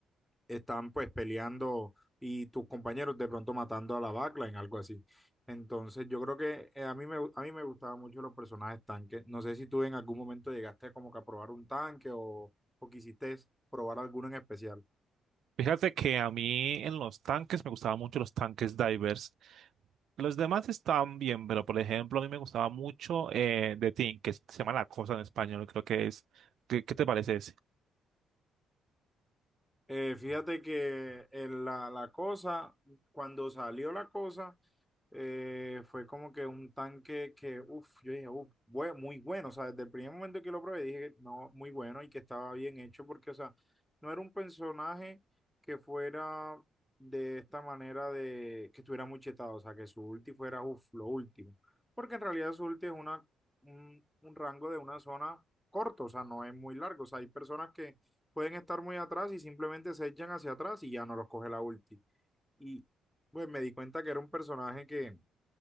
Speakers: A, in the centre; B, on the right.
A: están pues peleando y tus compañeros de pronto matando a la backline, algo así. Entonces, yo creo que eh, a mí me, a mí me gustaban mucho los personajes tanques. No sé si tú en algún momento llegaste como que a probar un tanque o, o quisiste probar alguno en especial.
B: Fíjate que a mí en los tanques me gustaban mucho los tanques divers. Los demás están bien, pero por ejemplo a mí me gustaba mucho eh, The Thing, que se llama La Cosa en español, creo que es. ¿Qué, qué te parece ese?
A: Eh, fíjate que en la, la cosa, cuando salió la cosa, eh, fue como que un tanque que, uff, yo dije, uff, muy bueno. O sea, desde el primer momento que lo probé dije que no, muy bueno y que estaba bien hecho porque, o sea, no era un personaje que fuera de esta manera de que estuviera muy chetado, o sea, que su ulti fuera, uff, lo último. Porque en realidad su ulti es una, un, un rango de una zona corto, o sea, no es muy largo. O sea, hay personas que pueden estar muy atrás y simplemente se echan hacia atrás y ya no los coge la ulti. Y pues me di cuenta que era un personaje que